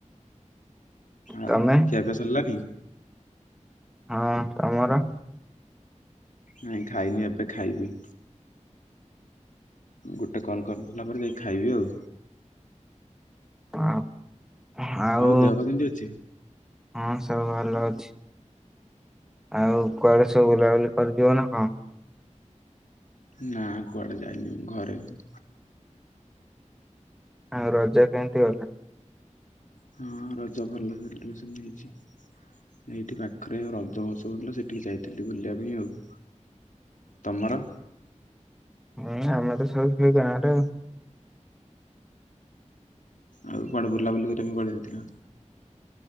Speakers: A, on the left; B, in the centre.
A: ଆଉ
B: ତମେ
A: ଖିଆପିଆ ସରିଲାନି
B: ହଁ ତମର
A: ନାଇଁ ଖାଇନି ଏବେ ଖାଇବି ଗୋଟେ କଲ୍ କରିଦେଲା ପରେ ଯାଇକି ଖାଇବି ଆଉ
B: ଆଉ ଆଉ
A: ଦେହ ପା କେମିତି ଅଛି?
B: ହଁ ସବୁ ଭଲ ଅଛି ଆଉ କୁଆଡେ ସବୁ ବୁଲାବୁଲି କରିଥିବ ନା କଣ?
A: ନା କୁଆଡେ ଯାଇନି ମୁଁ ଘରେ ହି
B: ଆଉ ରଜ କେମିତି ଗଲା
A: ହଁ ରଜ ଭଲ ସେଲିବ୍ରେସନ ହେଇଛି। ଏଇଠି ପାଖରେ ରଜମହୋତ୍ସବ ହେଉଥିଲା ସେଠିକି ଯାଇଥିଲି ବୁଲିବା ପାଇଁ ଆଉ ତମର
B: ହୁଁ ଆମର ତ ସବୁ ସେଇ ଗାଁରେ ଆଉ
A: ଆଉ କୁଆଡେ ବୁଲା ବୁଲି କରିବା ପାଇଁ କୁଆଡ଼େ ଯାଇଥିଲ